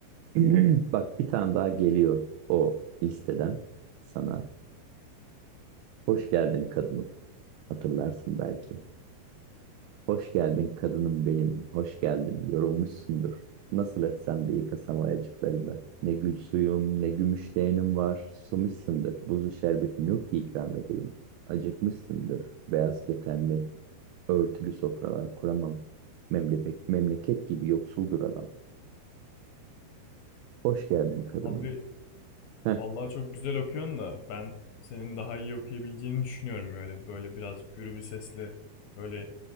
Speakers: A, on the right; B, on the left.
A: <clears throat> Bak bir tane daha geliyor o listeden sana. Hoş geldin kadınım. Hatırlarsın belki. Hoş geldin kadınım benim. Hoş geldin. Yorulmuşsundur. Nasıl etsem de yıkasam ayacıklarında. Ne gül suyum ne gümüş leğenim var. Susamışsındır. Buzlu şerbetim yok ki ikram edeyim. Acıkmışsındır. Beyaz ketenli örtülü sofralar kuramam. Memleket, memleket gibi yoksuldur adam. Hoş geldin kadınım.
B: Abi
A: Heh,
B: vallahi çok güzel okuyorsun da ben senin daha iyi okuyabileceğini düşünüyorum öyle. Böyle biraz gürü bir sesle böyle